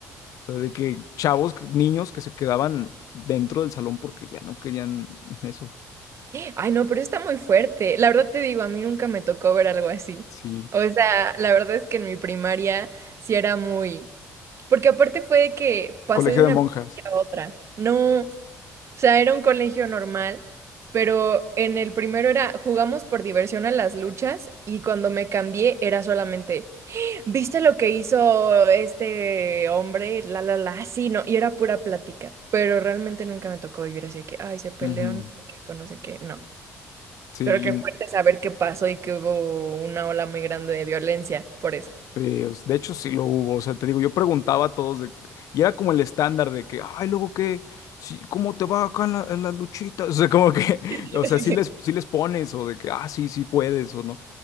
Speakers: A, on the left (about 75°); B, on the right (about 55°).
A: O sea, de que chavos, que- niños que se quedaban dentro del salón porque ya no querían eso.
B: Ay, no, pero está muy fuerte. La verdad te digo, a mí nunca me tocó ver algo así.
A: Sí,
B: O sea, la verdad es que en mi primaria sí era muy... Porque aparte fue de que pasé
A: colegio
B: de una
A: de monjas.
B: primaria a otra. No, o sea, era un colegio normal, pero en el primero era jugamos por diversión a las luchas y cuando me cambié era solamente ¿Viste lo que hizo este hombre? La, la, la, ah, sí, no, y era pura plática, pero realmente nunca me tocó vivir así de que, ay, se peleó,
A: Ujú.
B: no sé qué, con no sé qué, no.
A: Sí,
B: Pero qué fuerte saber qué pasó y que hubo una ola muy grande de violencia, por eso.
A: Sí, o s- de hecho sí lo hubo, o sea, te digo, yo preguntaba a todos de- y era como el estándar de que, ay, luego qué, sí, ¿cómo te va acá en la- en las luchitas? <laughs> O sea, como que, <laughs>
B: <laughs>
A: o sea, sí les, sí les pones o de que, ah, sí, sí puedes o no.